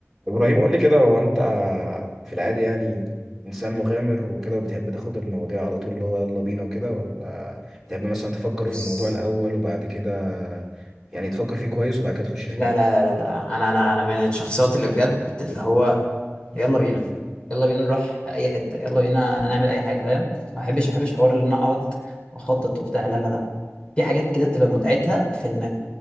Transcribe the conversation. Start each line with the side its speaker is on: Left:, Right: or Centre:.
Centre: ابراهيم قول لي كده هو انت في العادي يعني انسان مغامر وكده وبتحب تاخد المواضيع على طول اللي هو يلا بينا وكده ولا بتحب مثلا تفكر
Left: بص
Centre: في الموضوع الاول وبعد كده يعني تفكر فيه كويس وبعد كده تخش
Left: لا
Centre: فيه
Left: لا لا لا لا انا انا انا من الشخصيات اللي بجد اللي هو يلا بينا يلا بينا نروح اي حته يلا بينا نعمل اي حاجه فاهم ما بحبش ما بحبش حوار ان انا اقعد واخطط وبتاع لا لا لا في حاجات كده بتبقى متعتها في انك